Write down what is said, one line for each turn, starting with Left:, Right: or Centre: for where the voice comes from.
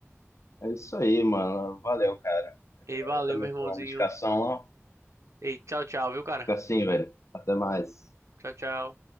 Left: É isso aí, mano. Valeu, cara.
Right: Ei, valeu,
Left: Eu também
Right: meu irmãozinho.
Left: vou tomar uma medicação lá.
Right: Ei, tchau, tchau, viu, cara?
Left: Fica assim, velho. Até mais.
Right: Tchau, tchau.